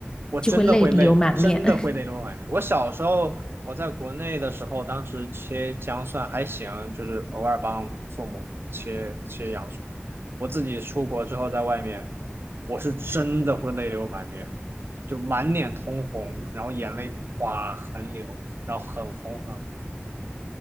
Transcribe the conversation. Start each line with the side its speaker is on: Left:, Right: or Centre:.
Right: 我真的会累，
Left: 就会泪流满面。
Right: 真的会累到外面。
Left: <laughs>
Right: 我小时候我在国内的时候，当时切姜蒜还行，就是偶尔帮父母切切洋葱。我自己出国之后，在外面，我是真的会泪流满面，就满脸通红，然后眼泪哗横流，然后很红很红。